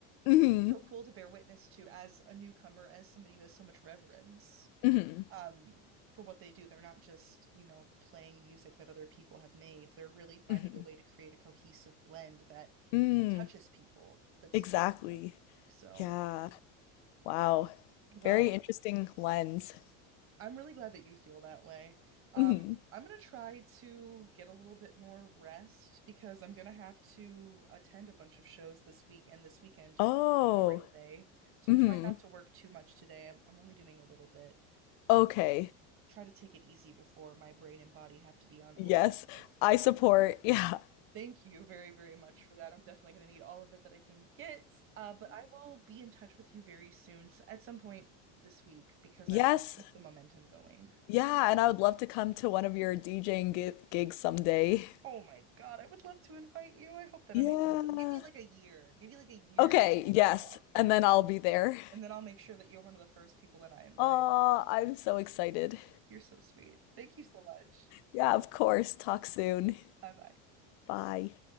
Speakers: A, on the left; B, on the right.
A: hmm
B: it's just so cool to bear witness to as a newcomer, as somebody who has so much reverence.
A: hmm
B: um, for what they do. They're not just, you know, playing music that other people have made. They're really finding
A: hmm
B: a way to create a cohesive blend that
A: Mm.
B: that touches people, that stays
A: Exactly.
B: with them. So,
A: Yeah. Wow.
B: well,
A: Very interesting lens.
B: I'm really glad that you feel that way. Um,
A: hmm
B: I'm gonna try to get a little bit more rest because I'm gonna have to attend a bunch of shows this week and this weekend
A: Oh.
B: because it's Memorial Day. So
A: hmm
B: I'm trying not to work too much today. I'm, I'm only doing a little bit.
A: Okay.
B: try to take it easy before my brain and body have to be on
A: Yes.
B: overdrive.
A: I support. <laughs> Yeah.
B: Thank you very, very much for that. I'm definitely going to need all of it that I can get. Uh, but I will be in touch with you very soon, s- at some point this week, because
A: Yes.
B: I want to keep the momentum going.
A: Yeah. And I would love to come to one of your DJing gi gigs someday.
B: Oh my God, I would love to invite you. I hope that
A: Yeah.
B: I'm able to pull. Give me like a year. Give me like a year
A: Okay.
B: to pull
A: Yes.
B: this off.
A: And then I'll be there.
B: And then I'll make sure that you're one of the first people that I invite.
A: Oh, I'm so excited.
B: You're so sweet. Thank you so much.
A: Yeah, of course. Talk soon.
B: Bye bye.
A: Bye.